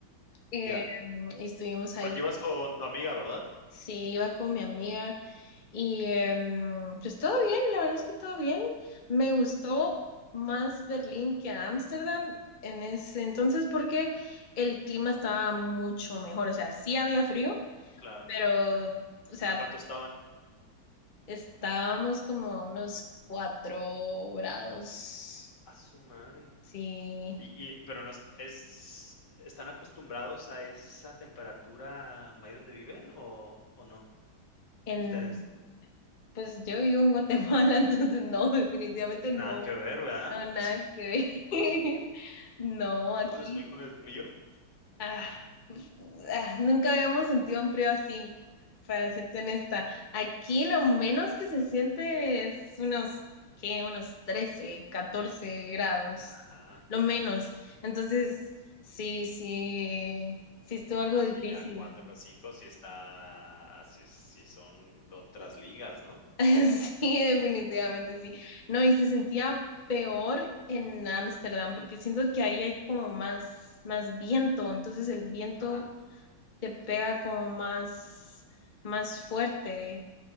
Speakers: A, on the left; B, on the left.
A: Eh,
B: ya.
A: y estuvimos ahí.
B: Porque ibas con tu amiga, ¿verdad?
A: Sí, iba con mi amiga y em, pues todo bien, la verdad es que todo bien. Me gustó más Berlín que Ámsterdam en ese entonces porque el clima estaba mucho mejor. O sea, sí había frío,
B: Claro.
A: pero, o sea,
B: ¿A cuánto estaban?
A: estábamos como a unos cuatro grados.
B: A su madre.
A: Sí,
B: Y y, pero no es es ¿están acostumbrados a esa temperatura ahí donde viven o o no?
A: en,
B: ¿Ustedes?
A: pues yo vivo en Guatemala, <laughs> entonces no, definitivamente
B: Nada
A: no.
B: que ver, ¿verdad?
A: No, nada
B: <laughs> Sí.
A: que ver. <laughs> No,
B: ¿Cómo
A: aquí
B: les fue con el frío?
A: ah, ah, nunca habíamos sentido un frío así, para serte honesta. Aquí lo menos que se siente es unos, ¿qué? Unos trece catorce grados,
B: Ajá.
A: lo menos. Entonces, sí, sí, sí estuvo
B: No,
A: algo
B: es
A: difícil.
B: que ya cuatro o 5 sí está ah, sí es sí son otras ligas, ¿no?
A: <laughs> Sí, definitivamente sí. No, y se sentía peor en Ámsterdam porque siento que ahí hay como más, más viento, entonces el viento
B: Ajá.
A: te pega como más, más fuerte